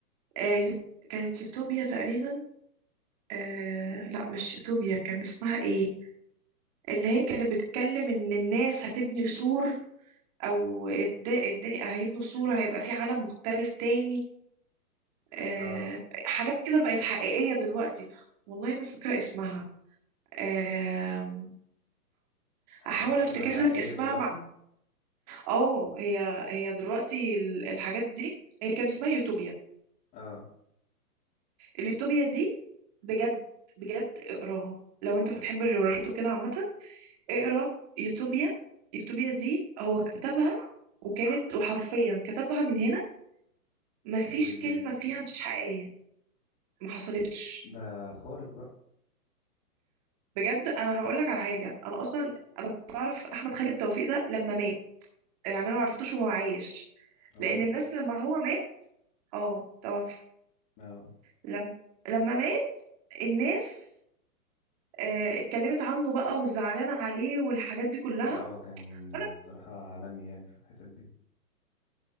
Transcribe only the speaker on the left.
اه
حاجات
بتبقى
حقيقية
دلوقتي
اه
واللي
بي...
بقى خارج بقى
هو
مات
اه
لا هو كان
بصراحة عالمي يعني في الحتت دي